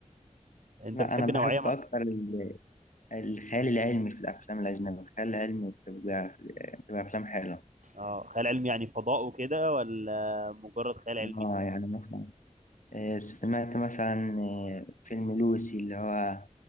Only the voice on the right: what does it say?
أنت
بتحب
نوعية مع...
اه خيال علمي يعني فضاء وكده ولا مجرد خيال علمي